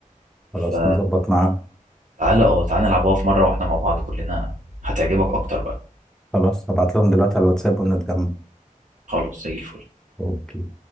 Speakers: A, on the right (about 65°); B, in the centre.
A: ف
B: خلاص نظبط معاهم
A: تعالى اه تعالى نلعبوها في مرة واحنا مع بعض كلنا هتعجبك اكتر بقى
B: خلاص هبعت لهم دلوقتي على الواتساب ونتجمع
A: خلاص زي الفل
B: اوكي